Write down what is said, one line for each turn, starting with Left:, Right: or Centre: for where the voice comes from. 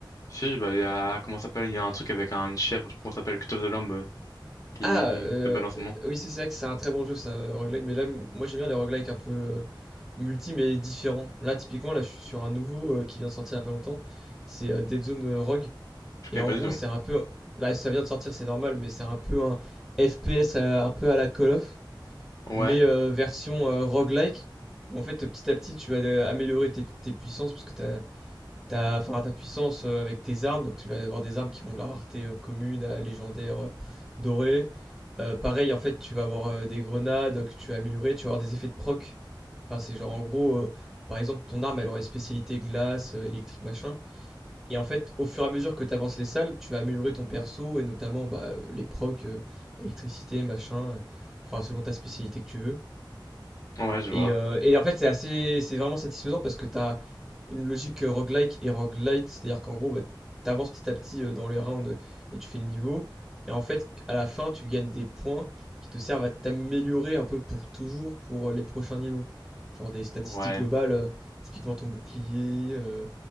Left: Si, bah, il y a, comment ça s'appelle? Il y a un truc avec un, une chèvre, je sais plus comment ça s'appelle, Cut of the Lamb. euh. qui
Centre: Ah, euh,
Left: est belle en ce moment.
Centre: oui, c'est c'est vrai que c'est un très bon jeu, ça, euh, roguelike. Mais là, m- moi, j'aime bien les roguelike un peu euh, multi, mais différents. Là, typiquement, là, je suis sur un nouveau euh, qui vient de sortir il y a pas longtemps. C'est euh, Dead Zone euh, Rogue.
Left: Je connais
Centre: Et en
Left: pas
Centre: gros,
Left: du tout.
Centre: c'est un peu. Là, ça vient de sortir, c'est normal, mais c'est un peu un FPS euh, un peu à la Call of,
Left: Ouais,
Centre: mais euh, version euh, roguelike. En fait, petit à petit, tu vas euh, améliorer tes, tes puissances parce que t'as, t'as, enfin, ta puissance euh, avec tes armes. Donc, tu vas avoir des armes qui vont de la rareté euh, commune à légendaire euh, dorée. Euh, pareil, en fait, tu vas avoir euh, des grenades que tu vas améliorer. Tu vas avoir des effets de proc. Enfin, c'est genre, en gros, euh, par exemple, ton arme, elle aurait spécialité glace, euh, électrique, machin. Et en fait, au fur et à mesure que tu avances les salles, tu vas améliorer ton perso et notamment bah, euh, les procs, euh, électricité, machin, euh, enfin selon ta spécialité que tu veux.
Left: ouais, je vois.
Centre: Et, euh, et en fait, c'est assez, c'est vraiment satisfaisant parce que tu as une logique euh, roguelike et roguelite, c'est-à-dire qu'en gros, bah, tu avances petit à petit euh, dans les rounds et tu fais le niveau. Et en fait, à la fin, tu gagnes des points qui te servent à t'améliorer un peu pour toujours pour euh, les prochains niveaux. Genre des statistiques
Left: Ouais.
Centre: globales, euh, typiquement ton bouclier, euh,